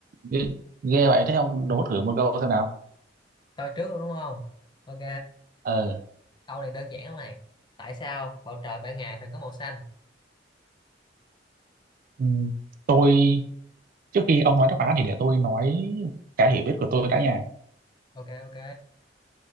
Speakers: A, on the right (about 50°); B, on the left (about 25°).
A: Ghê, ghê vậy thế ông đố thử một câu xem nào.
B: tôi trước luôn đúng không ok
A: Ừ.
B: câu này đơn giản không này tại sao bầu trời ban ngày thường có màu xanh
A: Ừ, tôi trước khi ông nói đáp án thì để tôi nói cái hiểu biết của tôi đã nha.
B: ok ok